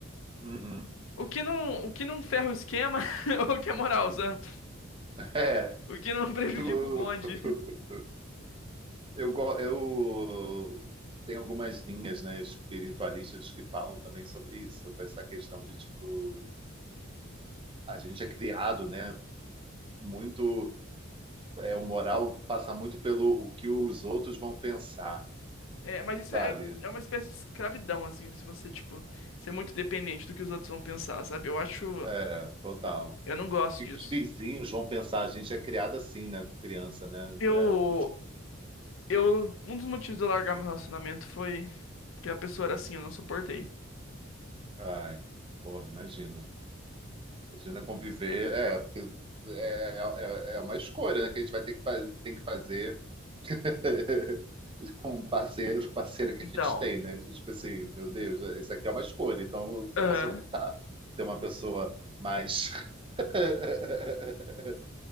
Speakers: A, on the right; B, on the left.
A: Uhum.
B: O que não, o que não ferra o esquema, <laughs> é o que é moral, sabe?
A: <laughs> É,
B: O que não prejudica
A: eu fico. <laughs>
B: o bonde. <laughs>
A: Eu, go- eu tenho algumas linhas, né, espiritualistas que falam também sobre isso, sobre essa questão de, tipo, a gente é criado, né, muito, é, o moral passa muito pelo o que os outros vão pensar,
B: É, mas isso
A: sabe?
B: é, é uma espécie de escravidão, assim, se você, tipo, ser muito dependente do que os outros vão pensar, sabe? Eu acho.
A: É, total. O
B: Eu não gosto
A: que
B: disso.
A: que os vizinhos vão pensar? A gente é criado assim, né, criança, né?
B: Eu.
A: É, o que os vizinhos...
B: Eu. Um dos motivos de eu largar meu relacionamento foi porque a pessoa era assim, eu não suportei.
A: Ai, porra, imagina. Imagina conviver, é, porque é, é, é uma escolha, né, que a gente vai ter que, fa- tem que fazer <laughs> com o parceiro, parceira que
B: Então.
A: a gente tem, né? De, Tipo assim, meu Deus, é, isso aqui é uma escolha. Então, se
B: aham,
A: eu posso optar ter uma pessoa mais <laughs>